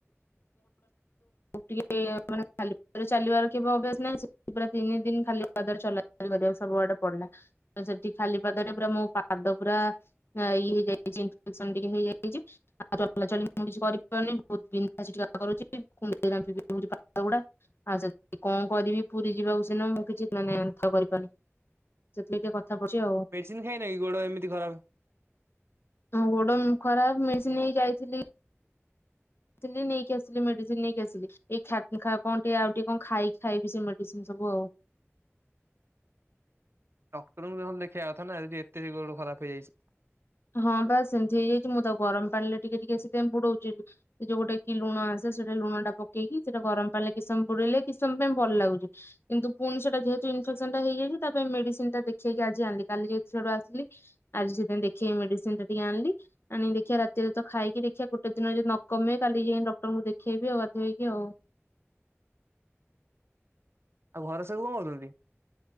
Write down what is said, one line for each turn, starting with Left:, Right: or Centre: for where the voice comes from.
Left: ଟିକେ ମାନେ ଖାଲି ପାଦରେ ଚାଲିବାର ଥିବ ଅଭ୍ୟାସ ନାହିଁ ସେ ପୁରା ତିନି ଦିନ ଖାଲି ଖାଲି ପାଦରେ ଚଲା ଚୁଲି କରିବାକୁ ସବୁଆଡେ ପଡିଲା ତ ସେଠି ଖାଲି ପାଦରେ ପୁରା ମୋ ପାଦ ପୁରା ହଁ ଇଏ ବି ଯାଇଚି ଟେନସନ ଟିକେ ହେଇଯାଇଚି। ଆଉ ଚଲା ଚଲି ମୁଁ କିଛି କରିପାରୁନି ବହୁତ ବିନ୍ଧା ଛିଟିକା କରୁଛି କୁଣ୍ଡେଇ ରାମ୍ପିବି ହଉଚି ପାଦ ଉଡା। ଆଉ ସେ କଣ କରିବି ପୁରୀ ଯିବାକୁ ସିନା ମୁଁ କିଛି ମାନେ ଏନ୍ଥା କରିପାରୁନି। ଯେମିତି ଏ କଥା ପଡିଚି ଆଉ।
Right: ମେଡିସିନ ଖାଇନା କି ଗୋଡ଼ ଏମିତି ଖରାପ
Left: ହଉ ଗୋଡ ଖରାପ ମେଡିସିନ ନେଇକି ଯାଇଥିଲି। ଆସିଲି ନେଇକି ଆସିଲି ମେଡିସିନ ନେଇକି ଆସିଲି ଏଇ ଖା ଖା କଣ ଟିକେ ଆଉ ଟିକେ କଣ ଖାଇକି ଖାଇବି ସେ ମେଡିସିନ ସବୁ ଆଉ।
Right: ଡକ୍ଟରଙ୍କୁ ନହେଲେ ଦେଖେଇବା କଥା ନା ଯଦି ଏତେ ଗୋଡ ଖରାପ ହେଇଯାଇଛି।
Left: ହଁ ପା ସେମିତି ହେଇଯାଇଛି ମୁଁ ତାକୁ ଗରମ ପାଣିରେ ଟିକେ ଟିକେ ସେଥିପାଇଁ ବୁଡୋଉଛି। ସେ ଯୋଉ ଗୋଟେ କି ଲୁଣ ଆସେ ସେଟା ଲୁଣ ଟା ପକେଇକି ସେଟା ଗରମ ପାଣିରେ କିସମ ବୁଡେଇଲେ କିସମ ପାଇଁ ଭଲ ଲାଗୁଛି। କିନ୍ତୁ ପୁଣି ସେଇଟା ଯେହେତୁ ଇମ୍ପିରେଶନଟା ହେଇଯାଇଛି ତା ପାଇଁ ମେଡିସିନ ଦେଖେଇକି ଆଣିଲି କାଲି ଯେହେତୁ ସ୍ୟାଡୁ ଆସିଲି ଆଜି ସେଥିପାଇଁ ଦେଖେଇ ମେଡିସିନ ଟା ଟିକେ ଆଣିଲି। ଆଣି ଦେଖିବା ରାତିରେ ତ ଖାଇକି ଦେଖିବା ଗୋଟେ ଦିନ ଯଦି ନ କମେ କାଲି ଯାଇକ ଡକ୍ଟରଙ୍କୁ ଦେଖେଇବି ଆଉ ବାଧ୍ୟ ହେଇକି ଆଉ।
Right: ଆଉ ଘରେ ସବୁ କଣ କରୁଛନ୍ତି?